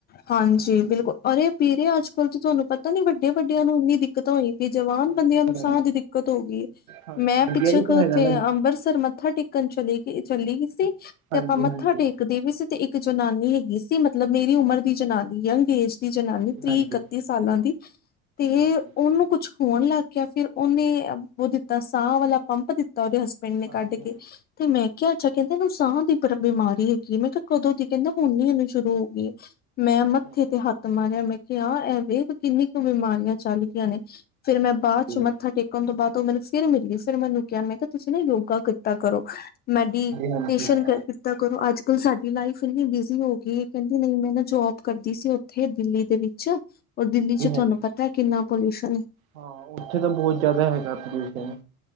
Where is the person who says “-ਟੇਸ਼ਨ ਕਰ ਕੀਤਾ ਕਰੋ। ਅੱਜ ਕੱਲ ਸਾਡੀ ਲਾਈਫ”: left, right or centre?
Left